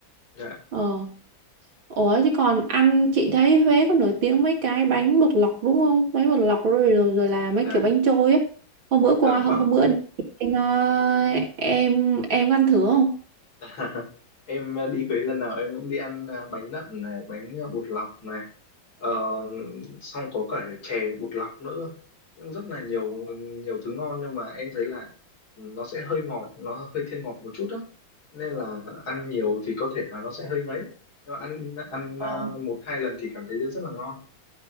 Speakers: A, on the left; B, on the right.
A: dạ
B: Ờ. Ủa chứ còn ăn chị thấy Huế có nổi tiếng mấy cái bánh bột lọc đúng không? Bánh bột lọc rồi rồi, rồi là mấy
A: dạ
B: kiểu bánh trôi á. Hôm bữa
A: dạ
B: qua hôm
A: vâng
B: bữa em ờ, em em có ăn thử không?
A: <laughs> em ờ, đi Huế lần nào em cũng đi ăn ờ, bánh nậm này bánh ờ, bột lọc này ờ, xong có cả chè bột lọc nữa Cũng rất là nhiều nhiều thứ ngon nhưng mà em thấy là nó sẽ hơi ngọt nó hơi thiên ngọt một chút á nên là ăn nhiều thì có thể là nó sẽ hơi ngấy nhưng mà ăn ăn
B: Ừ.
A: ờ, một hai lần thì cảm thấy rất là ngon